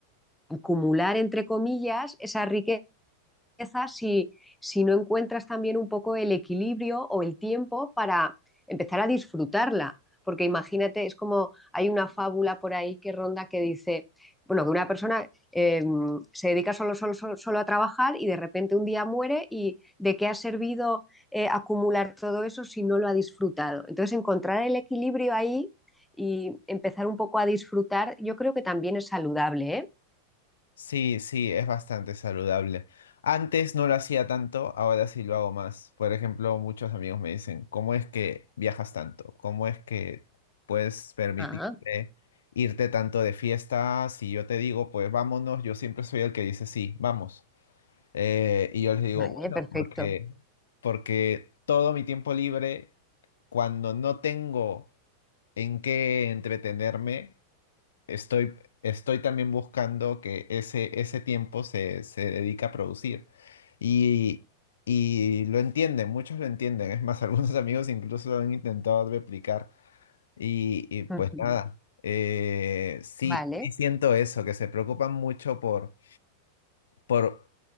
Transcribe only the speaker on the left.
sí, sí, es bastante saludable. Antes no lo hacía tanto, ahora sí lo hago más. Por ejemplo, muchos amigos me dicen, ¿cómo es que viajas tanto? ¿Cómo es que puedes permitirte
irte tanto de fiesta? Si yo te digo, pues vámonos, yo siempre soy el que dice, sí, vamos. Eh, y yo les digo,
bueno,
porque, porque todo mi tiempo libre, cuando no tengo en qué entretenerme, estoy, estoy también buscando que ese, ese tiempo se, se dedica a producir. Y, y lo entienden, muchos lo entienden. Es más, <laughs> algunos amigos incluso lo han intentado replicar. Y, y pues
nada, eh, sí,
sí siento eso, que se preocupan mucho por por,